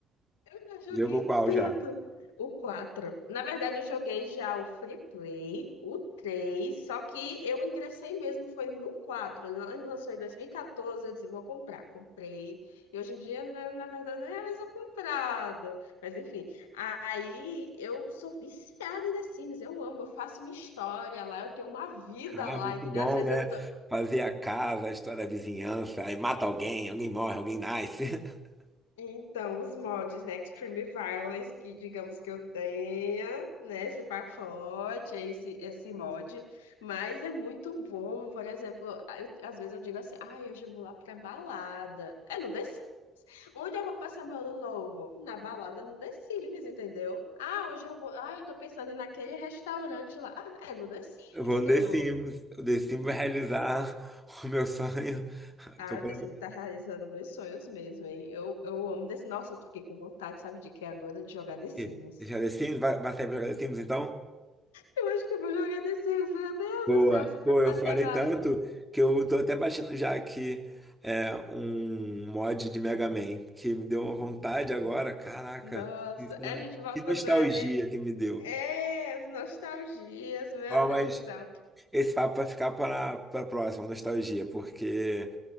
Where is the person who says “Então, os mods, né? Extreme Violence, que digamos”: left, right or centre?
Left